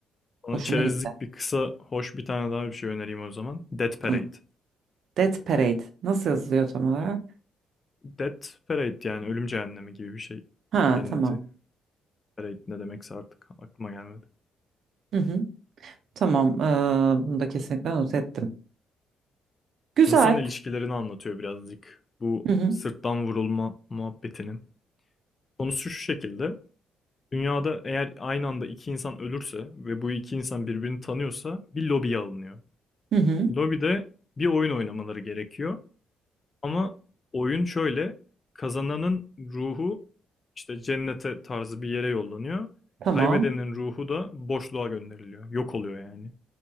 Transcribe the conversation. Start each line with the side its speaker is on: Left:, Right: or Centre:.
Left: Bana
Right: Hoşuma
Left: çerezlik
Right: gitti.
Left: bir kısa, hoş bir tane daha bir şey önereyim o zaman. Death Parade.
Right: Tamam. Death Parade nasıl yazılıyor tam olarak?
Left: Death Parade yani ölüm cehennemi gibi bir şey.
Right: Ha
Left: Cenneti.
Right: tamam.
Left: Parade ne demekse artık aklıma gelmedi.
Right: Hı hı. Tamam ee, bunu da kesinlikle not ettim. Güzel.
Left: İnsan ilişkilerini anlatıyor birazcık. Bu
Right: Hı hı.
Left: sırttan vurulma muhabbetinin. Konusu şu şekilde. Dünyada eğer aynı anda iki insan ölürse ve bu iki insan birbirini tanıyorsa bir lobiye alınıyor.
Right: Hı hı.
Left: Lobide bir oyun oynamaları gerekiyor. Ama oyun şöyle. Kazananın ruhu işte cennete tarzı bir yere yollanıyor.
Right: Tamam.
Left: Kaybedenin ruhu da boşluğa gönderiliyor. Yok oluyor yani.